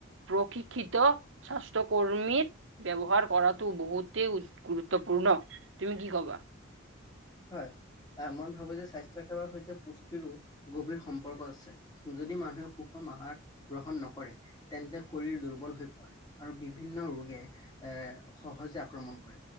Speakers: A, on the right; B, on the left.
A: প্ৰশিক্ষিত স্বাস্থ্যকৰ্মীৰ ব্যৱহাৰ কৰাটো বহুতেই গুৰুত্বপূৰ্ণ তুমি কি কবা?
B: হয় আহ মই ভাবোঁ যে স্বাস্থ্য সেৱাৰ সৈতে পুষ্টিৰো গভীৰ সম্পৰ্ক আছে। যদি মানুহে সুষম আহাৰ গ্ৰহণ নকৰে তেন্তে শৰীৰ দুৰ্বল হৈ পৰে। আৰু বিভিন্ন ৰোগে এৰ সহজে আক্ৰমণ কৰে।